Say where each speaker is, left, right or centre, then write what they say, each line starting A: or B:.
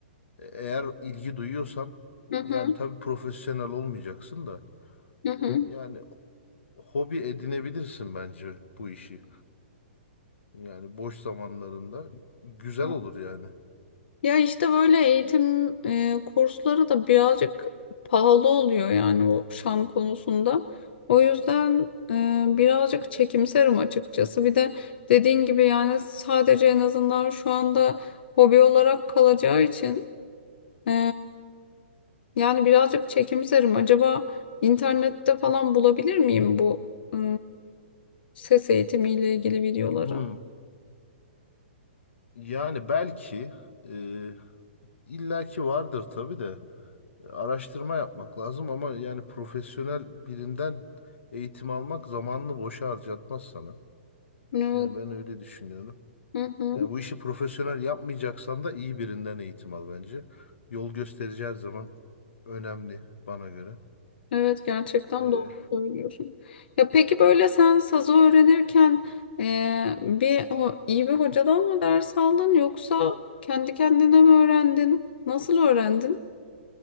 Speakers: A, on the left; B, on the left.
A: e- eğer ilgi duyuyorsan
B: Hı hı
A: yani tabii profesyonel olmayacaksın da
B: hı hı.
A: e, yani hobi edinebilirsin bence bu işi. Yani boş zamanlarında güzel
B: Hı.
A: olur yani.
B: Ya işte böyle eğitim e, kursları da birazcık pahalı oluyor yani o şan konusunda. O yüzden e, birazcık çekimserim açıkçası. Bir de dediğin gibi yani sadece en azından şu anda hobi olarak kalacağı için e, yani birazcık çekimserim. Acaba internette falan bulabilir miyim bu e, ses eğitimiyle ilgili videoları?
A: Hmm. Yani belki e, illaki vardır tabii de. araştırma yapmak lazım ama yani profesyonel birinden eğitim almak zamanını boşa harcatmaz sana.
B: Evet.
A: Yani ben öyle düşünüyorum.
B: Hı hı.
A: Yani bu işi profesyonel yapmayacaksan da iyi birinden eğitim al bence. Yol gösterici her zaman önemli bana göre.
B: Evet gerçekten
A: Ee,
B: doğru söylüyorsun. Ya peki böyle sen sazı öğrenirken eee, bir ho- iyi bir hocadan mı ders aldın yoksa kendi kendine mi öğrendin? Nasıl öğrendin?